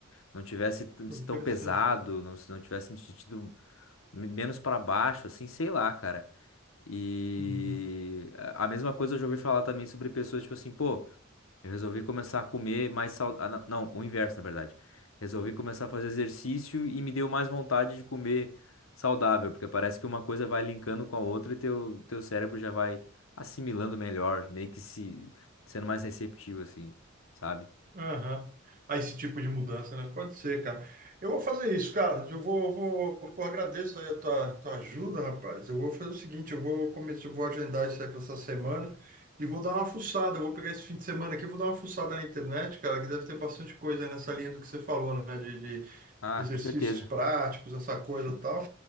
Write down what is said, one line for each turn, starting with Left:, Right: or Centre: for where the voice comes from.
Left: não tivesse t-
Right: pô, interessante,
Left: tão pesado,
Right: cara.
Left: não, se não tivesse me sentido me- menos para baixo, assim, sei lá, cara. E
Right: Uhum.
Left: a a mesma coisa eu já ouvi falar também sobre pessoas, tipo assim, pô, eu resolvi começar a comer mais saudável. Não, o inverso, na verdade. Resolvi começar a fazer exercício e me deu mais vontade de comer saudável, porque parece que uma coisa vai linkando com a outra e teu, teu cérebro já vai assimilando melhor, meio que se sendo mais receptivo, assim, sabe?
Right: Aham. Ah, esse tipo de mudança, né? Pode ser, cara. Eu vou fazer isso, cara. Eu vou, eu vou, pô, agradeço aí a tua, tua ajuda, rapaz. Eu vou fazer o seguinte, eu vou começar, eu vou agendar isso aí para essa semana e vou dar uma fuçada. Eu vou pegar esse fim de semana aqui, eu vou dar uma fuçada na internet, cara, que deve ter bastante coisa aí nessa linha do que você falou, né? de
Left: Ah,
Right: exercícios
Left: com certeza.
Right: práticos, essa coisa e tal.